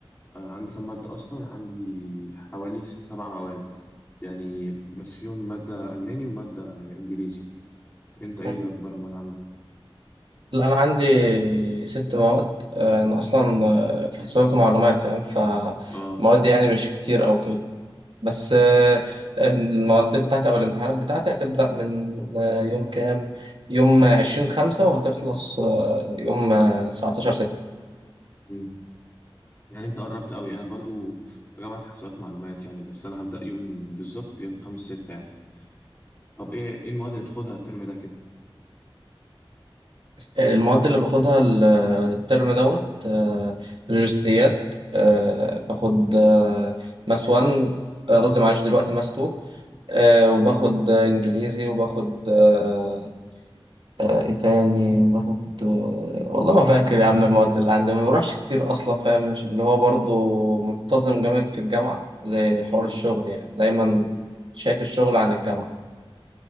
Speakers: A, on the left; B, on the right.
A: آه، عندي كم ماده اصلا عندي حوالي سبع مواد يعني بس فيهم ماده الماني وماده انجليزي انت ايه
B: مم.
A: اخبار المواد عندك
B: لا انا عندي ست مواد آه، انا اصلا آه، في حسابات ومعلومات فاهم فمواد
A: اه
B: يعني مش كتير او كده بس آه، المواد بتاعتي أو الامتحانات بتاعتي هتبدأ من آه، يوم كام؟ يوم عشرين خمسة وهتخلص آه، يوم تسعة عشر ستة
A: مم. يعني انت قربت قوي انا برضو في جامعة حسابات ومعلومات يعني بس انا هبدأ يوم بالظبط يوم خمسة ستة يعني طب ايه ايه المواد اللي تاخدها الترم ده كده
B: آه، المواد اللي باخدها ال- آه، الترم دوت آه، لوجستيات آه، باخد آه، ماس 1 آه، قصدي معلش دلوقتي ماس 2 آه، وباخد آه، انجليزي وباخد آه، آه، ايه تاني باخد آه، والله ما فاكر يا عم المواد اللي عندي ما بروحش كتير اصلا فاهم مش اللي هو برضو منتظم جامد في الجامعه زي حوار
A: مم.
B: الشغل يعني دايما
A: مم.
B: شايف الشغل عن الجامعه